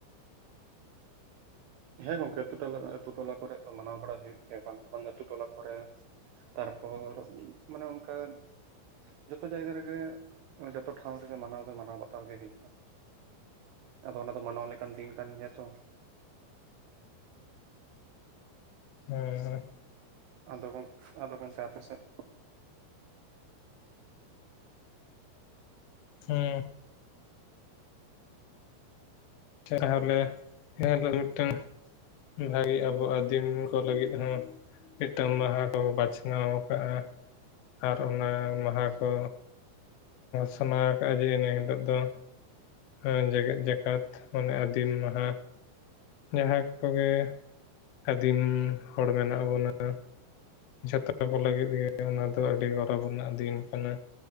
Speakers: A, on the right; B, on the left.
A: ᱦᱮᱸ ᱜᱚᱝᱠᱮ ᱟᱹᱛᱩ ᱴᱚᱞᱟ ᱟᱹᱛᱩ ᱴᱚᱞᱟ ᱠᱚᱨᱮ ᱫᱚ ᱢᱟᱱᱟᱣ ᱵᱟᱲᱟ ᱦᱩᱭᱩᱜ ᱜᱮᱭᱟ, ᱵᱟᱝ ᱫᱚ ᱵᱟᱝ ᱟᱹᱛᱩ ᱴᱚᱞᱟ ᱠᱚᱨᱮ ᱛᱟᱨᱯᱚᱨ ᱢᱟᱱᱮ ᱚᱱᱠᱟᱱ ᱡᱚᱛᱚ ᱡᱟᱭᱜᱟ ᱨᱮᱜᱮ ᱡᱚᱛᱚ ᱴᱷᱟᱶ ᱨᱮᱜᱮ ᱢᱟᱱᱟᱣ ᱫᱚ ᱢᱟᱱᱟᱣ ᱵᱟᱛᱟᱣ ᱜᱮ ᱦᱩᱭᱩᱜᱼᱟ ᱟᱫᱚ ᱚᱱᱟ ᱫᱚ ᱢᱟᱱᱳᱣ ᱞᱮᱠᱟᱱ ᱫᱤᱱ ᱠᱟᱱ ᱜᱮᱭᱟ ᱛᱚ
B: ᱦᱮᱸᱻᱦᱮᱸ
A: ᱟᱫᱚ ᱜᱱᱠ ᱟᱫᱚ ᱜᱚᱢᱠᱮ ᱟᱯᱮ ᱥᱮᱫ
B: ᱦᱮᱸ ᱛᱟᱦᱚᱞᱮ ᱮᱱᱦᱤᱞᱳᱜ ᱢᱤᱫ ᱴᱟᱝ ᱵᱷᱟᱜᱤ ᱟᱵᱩ ᱟᱹᱫᱤᱢ ᱠᱩ ᱞᱟᱹᱜᱤᱫ ᱦᱚᱸ ᱢᱤᱫᱴᱟᱱ ᱢᱟᱦᱟᱸ ᱠᱩ ᱵᱟᱪᱷᱱᱟᱣ ᱠᱟᱜᱼᱟ ᱟᱨ ᱚᱱᱟ ᱢᱟᱦᱟᱸ ᱠᱚ ᱥᱟᱱᱟ ᱠᱟᱜᱼᱟ ᱡᱮ ᱤᱱᱟᱹ ᱦᱤᱞᱳᱜ ᱫᱚ ᱟᱹ ᱡᱮᱜᱮᱛ ᱡᱟᱠᱟᱛ ᱢᱟᱱᱮ ᱟᱫᱤᱢ ᱢᱟᱦᱟ ᱡᱟᱦᱟᱸ ᱠᱚᱜᱮ ᱟᱫᱤᱢ ᱦᱚᱲ ᱢᱮᱱᱟᱜ ᱵᱚᱸᱱᱟ ᱡᱷᱚᱛᱚ ᱠᱚ ᱞᱟᱹᱜᱤᱫ ᱜᱮ ᱚᱱᱟ ᱫᱚ ᱟᱹᱰᱤ ᱜᱚᱨᱚᱵᱽ ᱨᱮᱱᱟᱜ ᱫᱤᱱ ᱠᱟᱱᱟ